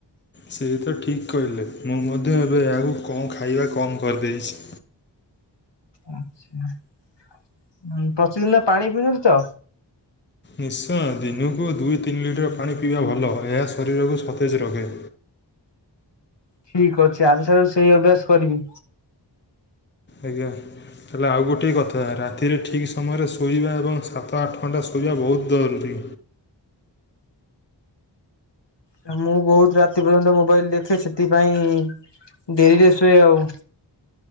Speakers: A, on the left (about 25°); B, on the left (about 70°).
A: ସେ ତ ଠିକ୍ କହିଲେ। ମୁଁ ମଧ୍ୟ ଏବେ ଆଉ କଣ ଖାଇବା କମ୍ କରିଦେଇଚି।
B: ଆଚ୍ଛା ପ୍ରତିଦିନ ପାଣି ପିଉଚନ୍ତି ତ?
A: ନିଶ୍ଚୟ ଦିନକୁ ଦୁଇ ତିନି ଲିଟର ପାଣି ପିଇବା ଭଲ। ଏହା ଶରୀରକୁ ସତେଜ ରଖେ।
B: ଠିକ୍ ଅଛି ଆଜି ଠାରୁ ସେଇ ଅଭ୍ୟାସ କରିବି।
A: ଆଜ୍ଞା। ତାହେଲେ ଆଉ ଗୋଟିଏ କଥା ରାତିରେ ଠିକ୍ ସମୟରେ ଶୋଇବା ଏବଂ ସାତ ଆଠ ଘଣ୍ଟା ଶୋଇବା ବୋହୁତ ଦରୁରୀ।
B: ଆ ମୁଁ ବୋହୁତ ରାତି ପର୍ଯ୍ୟନ୍ତ ମୋବାଇଲ୍ ଦେଖେ ସେଥିପାଇଁ ଡେରିରେ ଶୁଏ ଆଉ।